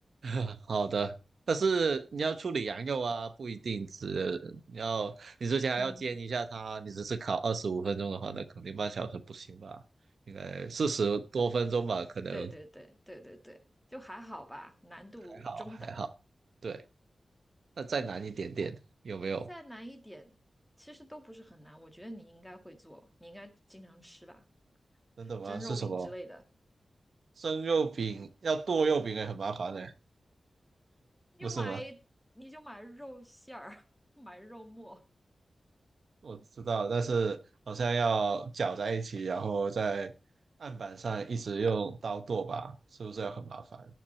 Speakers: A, on the right; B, in the centre.
A: <laughs> 好的，但是你要处理羊肉啊，不一定只你要你之前还要煎一下它，
B: <laughs> 嗯，
A: 你只是烤二十五分钟的话，那肯定半小时不行吧？应该四十多分钟吧，可能
B: 对对对对对对，就还好吧，难度中等，
A: 还好还好。对，那再难一点点，有没有？
B: 再难一点，其实都不是很难。我觉得你应该会做，你应该经常吃吧，
A: 真的吗？
B: 蒸肉饼之类的。
A: 是什么？生肉饼要剁肉饼也很麻烦呢，
B: 你就买你就买肉馅儿，
A: 不是吗？
B: <laughs> 买肉末。
A: 我知道，但是好像要搅在一起，然后在案板上一直用刀剁吧，是不是要很麻烦？